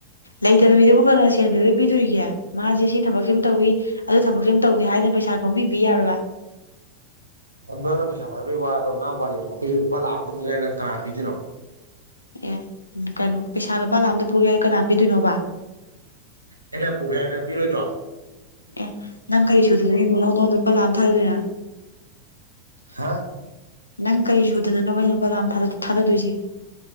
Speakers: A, on the left (about 80°); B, on the right (about 85°).
A: ꯂꯩꯇꯕ ꯃꯤꯗꯕꯨ ꯀꯅꯥ ꯁꯦꯟ ꯀꯩꯗꯧꯕꯩ ꯄꯤꯗꯣꯔꯤꯒꯦ ꯃꯥꯁꯦ ꯁꯤ ꯊꯕꯛꯁꯦ ꯑꯃ ꯇꯧꯏ ꯑꯗꯨ ꯊꯕꯛꯁꯤꯃꯥ ꯇꯧꯗꯦ ꯍꯥꯏꯗꯅ ꯄꯩꯁꯥ ꯄꯪꯄꯤ ꯄꯤ ꯌꯥꯕꯔꯕ
B: ꯅꯪꯅ ꯄꯩꯁꯥ ꯄꯥꯏꯕꯒꯤ ꯋꯥꯗꯣ ꯉꯥꯡꯕꯥ ꯋꯥꯅꯤ ꯑꯩ ꯂꯨꯄꯥ ꯂꯥꯛ ꯑꯝꯇꯥ ꯄꯨꯒꯦ ꯅꯪ ꯀꯥꯅꯅ ꯄꯤꯗꯨꯏꯅꯣ
A: ꯑꯦ ꯀꯩꯅꯣ ꯄꯩꯁꯥ ꯂꯨꯄꯥ ꯂꯥꯛꯑꯝꯇ ꯄꯨꯒꯦ ꯀꯅꯥ ꯄꯤꯗꯣꯏꯅꯣꯕ
B: ꯑꯩꯅ ꯄꯨꯒꯦ ꯍꯥꯏꯕꯗ ꯄꯤꯔꯣꯏꯗ꯭ꯔꯣ
A: ꯑꯦ ꯅꯪ ꯀꯔꯤ ꯁꯨꯗꯅꯅꯣ ꯅꯉꯣꯟꯗꯥ ꯂꯨꯄꯥ ꯂꯥꯛ ꯑꯃ ꯊꯥꯗꯗꯣꯏꯅꯣ
B: ꯍꯥꯥ
A: ꯅꯪ ꯀꯔꯤ ꯁꯨꯗꯅꯅꯣꯕ ꯑꯩꯅ ꯂꯨꯄꯥ ꯂꯥꯛ ꯊꯥꯗꯗꯣꯏꯁꯦ